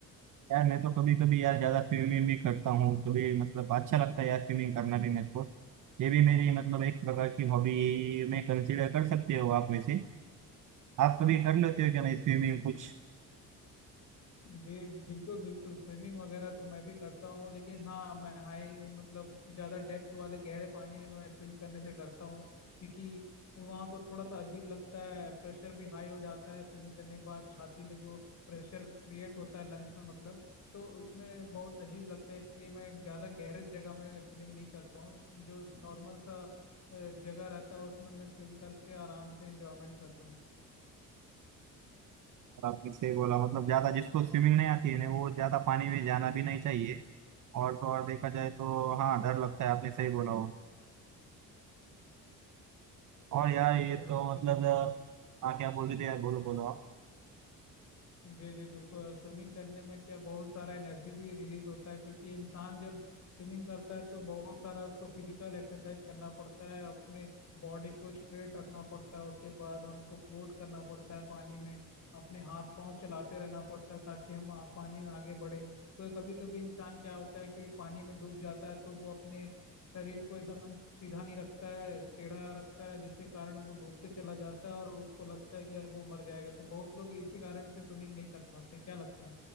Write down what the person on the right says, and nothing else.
यार मैं तो कभी कभी यार ज्यादा स्विमिंग भी करता हूँ कभी मतलब अच्छा लगता है यार स्विमिंग करना भी मेरे को ये भी मेरी मतलब एक प्रकार की हॉबी में कंसीडर कर सकते हो आप वैसे आप कभी कर लेते
हो
क्या नहीं
स्विमिंग
कुछ
और आपने सही बोला मतलब ज्यादा जिसको स्विमिंग नहीं आती है ना वो ज्यादा पानी में जाना भी नहीं चाहिए और तो और देखा जाए तो हाँ डर लगता है आपने सही बोला हो
और यार
ये
तो
मतलब हाँ क्या बोल रहे थे यार बोलो बोलो आप